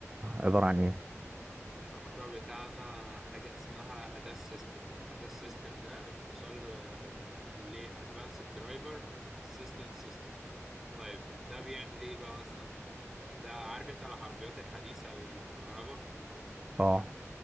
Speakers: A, on the right; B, in the centre.
A: عبارة عن ايه
B: احنا المشروع بتاعنا حاجة اسمها أداس سيستم أداس سيستم ده اختصار آه، ل Advanced Driver Assistance System طيب ده بيعمل ايه بقى اصلا ده عارف انت العربيات الحديثة الكهرباء
A: اه